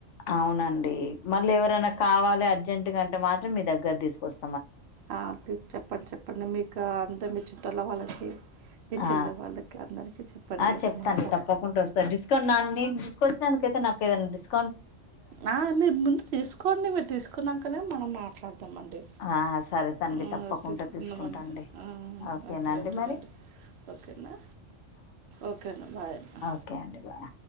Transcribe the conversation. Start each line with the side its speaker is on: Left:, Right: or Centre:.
Left: అవునండి మళ్ళీ ఎవరైనా కావాలి అర్జెంట్గంటే మాత్రం మీ దగ్గర తీసుకొస్
Right: ఆ చెప్పండి చెప్పండి మీకా అంతా మీచ్ చుట్టాల వాళ్ళకి మీ
Left: ఆ
Right: చెల్లె వాళ్ళకి అందరికీ చెప్పండి
Left: ఆ
Right: ఈ యొక్క
Left: చెప్తానండి
Right: మాట
Left: తప్పకుండా ఓస్తా డిస్కౌంట్ నాక్ నేను తీసుకొచ్చినందుకైతే నాకేదయినా డిస్
Right: ఆ మీరు ముందు తీసుకోండి మీరు తీసుకున్నాకనే మనం మా మాట్లాడ్ తామండి
Left: ఆ సరే తండి
Right: హు
Left: తప్పకుండా
Right: తీసుకుందామండి
Left: తీసుకుంటాండి
Right: హు
Left: ఓకేనండి
Right: అయితే ఉంటాడండి
Left: మరి
Right: ఓకే అండి ఓకే అండి బాయ్ అండి
Left: ఓకే అండి బాయ్